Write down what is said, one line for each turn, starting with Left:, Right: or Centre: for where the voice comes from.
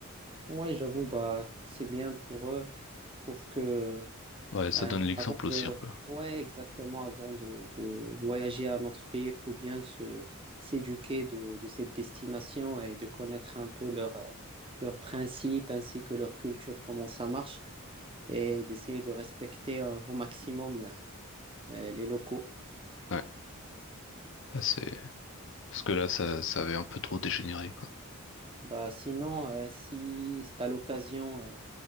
Right: Ouais, j'avoue, bah, c'est bien pour eux. Je trouve que
Left: Ouais, ça
Right: euh,
Left: donne l'exemple
Right: avant
Left: aussi
Right: de,
Left: un peu.
Right: ouais, exactement, avant de, de voyager à notre pays, il faut bien se, s'éduquer de, de cette destination et de connaître un peu leur, euh, leurs principes ainsi que leur culture, comment ça marche, et d'essayer de respecter euh, au maximum euh, les locaux.
Left: Ouais, Ouais, c'est parce que là, ça, ça avait un peu trop dégénéré, quoi.
Right: Bah, sinon, euh, si tu as l'occasion. euh,